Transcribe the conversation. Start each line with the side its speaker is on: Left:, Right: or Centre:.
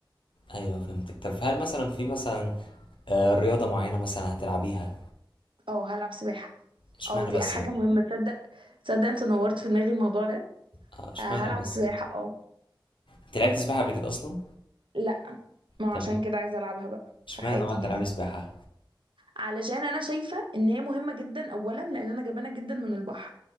Left: ايوه فهمتك طب هل مثلا في مثلا آه، رياضة معينة مثلا هتلعبيها
Right: اه هلعب سباحة
Left: اشمعنى
Right: اه دي
Left: بس
Right: حاجة
Left: بقى
Right: مهمة تصدق تصدق انت نورت في دماغي الموضوع ده
Left: اه اشمعنى
Right: آه هلعب
Left: بس
Right: سباحة اه
Left: انت لعبت سباحة قبل كده اصلا
Right: لا ما
Left: تمام
Right: عشان كده عايزة العبها بقى
Left: اشمعنى
Right: في حياتي
Left: بقى هتلعبي
Right: الجديدة
Left: سباحة
Right: علشان انا شايفة ان هي مهمة جدا اولا لان انا جبانة جدا من البحر